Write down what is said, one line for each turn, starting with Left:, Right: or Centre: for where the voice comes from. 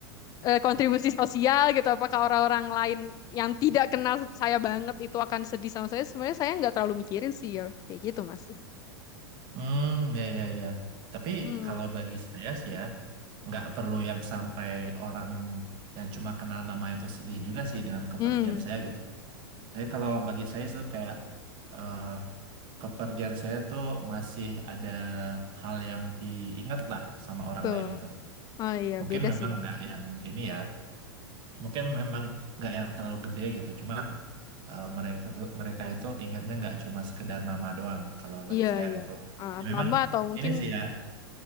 Left: eh, kontribusi sosial gitu apakah orang-orang lain yang tidak kenal saya banget itu akan sedih sama saya sebenarnya saya nggak terlalu mikirin sih ya kayak gitu mas
Right: Hmm, ya, ya, ya. Tapi
Left: hmm
Right: kalau bagi saya sih ya, nggak perlu yang sampai orang yang cuma kenal nama itu sedih juga sih dengan kepergian
Left: hmm
Right: saya gitu. Tapi kalau bagi saya itu kayak eh, kepergian saya tuh masih ada hal yang diingat lah sama orang
Left: tuh
Right: lain gitu.
Left: oh iya
Right: Mungkin
Left: beda
Right: memang
Left: sih ya
Right: nggak yang ini ya. mungkin memang nggak yang terlalu gede gitu cuman eh, mereka tuh- mereka itu ingatnya nggak cuma sekedar nama doang kalau bagi
Left: iya
Right: saya
Left: iya
Right: gitu loh
Left: ah,
Right: Ya, memang
Left: nama atau mungkin
Right: ini sih ya